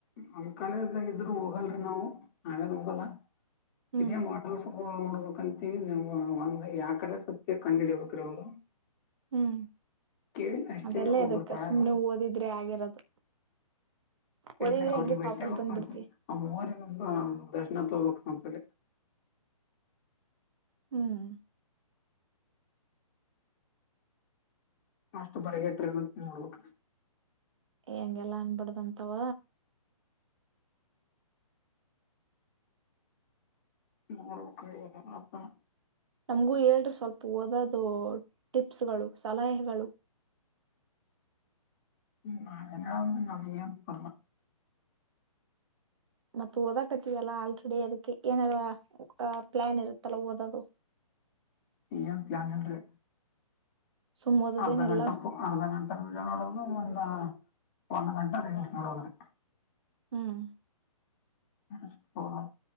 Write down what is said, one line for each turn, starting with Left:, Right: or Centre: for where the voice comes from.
Left: ನಮ ಕಾಲೇಜ್ದಾಗ ಇದರು ಹೋಗಲ್ರರಿ ನಾವು ನಾವೇನ್ ಹೋಗಲ್ಲ.
Right: ಹ್ಮ್
Left: ಇದೇ ಮಾಡಲ್ಸ್ ಗೋಳನ್ ನೋಡ್ಬೇಕಂತ ತಿಳಿಲಿ ಯಾಕರೇ ಸತ್ಯ ಕಂಡ್ ಹಿಡಿಬೇಕ್ರೀ ಅವ್ರು
Right: ಹ್ಮ್
Left: ಕೇಳಿ ಅಷ್ಟೇ
Right: ಅದೆಲ್ಲಾ
Left: ಒಬ್ರು
Right: ಎದಕ್ಕೆ
Left: ಬಾಯಾಗ
Right: ಸುಮ್ನೆ ಓದಿದ್ರೆ ಆಗಿರೋದು
Left: ಇಲ್ರರಿ
Right: ಓದಿದ್ರೆ
Left: ಅವ್ರಗ್
Right: ಹೆಂಗೆ
Left: ಬೇಟ್ಟಿಆಗಿ
Right: ಟಾಪಲ್
Left: ಬೇಕ್
Right: ಬಂದ್ಬಿಡ್ತಿ
Left: ಒನ್ಸರಿ ಆ್ರ ಒಬ್ಬ ದರ್ಶನತ್ ತಗೋಬೇಕ ಒಂದ್ಸಲಿ
Right: ಹ್ಮ್
Left: ಅಷ್ಟು ಪರಗಟ್ರ ನೋಡ್ಬ
Right: ಎಂ ಹೆಂಗೆಲ್ಲಾ ಅನ ಬಾಡದ್ ಅಂತಾವ
Left: ನೋಡಬೇಕ್ರಿ ಏನೇನತನ
Right: ನಮ್ಗೂ ಹೇಳ್ರರಿ ಸ್ವಲ್ಪ ಓದೋದು ಟಿಪ್ಸ್ಗಳು ಸಲಹೆಗಳು
Left: ಹ್ಮ್ ನಾವೇನ್ ನಮಗೆ ಪರಮ
Right: ಮತ್ತ ಓದಕತಲ್ಲ ಆಲ್ರೆಡಿ ಅದಕ್ಕೆ ಏನಾರ ಪ್ಲಾನ್ ಇರುತ್ತಲ್ಲ ಓದೋದು. <inaudible>
Left: ಈಗ ಏನ್ ಪ್ಲಾನ್ ಇಲ್ರರಿ.
Right: ಸುಮ್ ಓದೋದೇನೆಲ್ಲಾ
Left: ಅರ್ಧ ಗಂಟ ಪ ಅರ್ಧ ಗಂಟ ವಿಡಿಯೋ ನೋಡದ ಒಂದ. ಒಂದು ಗಂಟ ರೀಲ್ಸ್ ನೋಡದ್ರರಿ
Right: ಹ್ಮ್
Left: <unintelligible> ಹೌದ